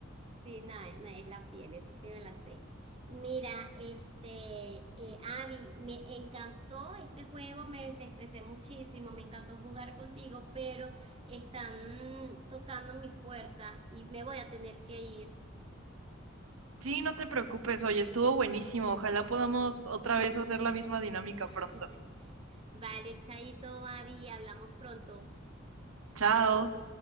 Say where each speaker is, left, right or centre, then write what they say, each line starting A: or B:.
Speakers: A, on the right; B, on the right.
A: Sí, no, no, es la piel, eso sí me la sé. Mira, este, eh, Abby, me encantó este juego, me desestresé muchísimo, me encantó jugar contigo, pero están tocando mi puerta y me voy a tener que ir.
B: Sí, no te preocupes, oye, estuvo buenísimo. Ojalá podamos otra vez hacer la misma dinámica
A: <laughs>
B: pronto.
A: Vale, Chaito, Mavi, hablamos pronto.
B: Chao.